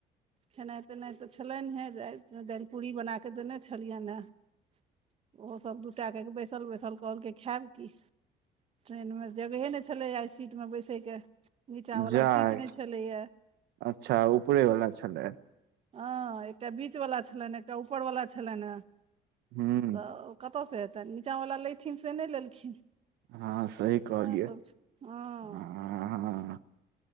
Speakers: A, on the right; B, on the right.
A: खेनाइ पेनाइ तऽ छलनि हे रात दालि पूरी बना कऽ देने छलियनि हे ओहो सभ दू टा बैसल बैसल कहल के खायब कि ट्रेन मे जगहे ने छले आइ सी सीट मे बैसे के नीचा वाला
B: जाय
A: सीट ने छलेया
B: अच्छा उपरेवला छलै
A: हँ एकटा बीच वलाा छलनि एकटा ऊपर वाला छलनि ह
B: ह
A: तऽ कतऽ से हेतनि नीचा बला लेथिन से नहि लेलखिन
B: हँ सही कहलियै
A: सएह सब छै हँ
B: हँ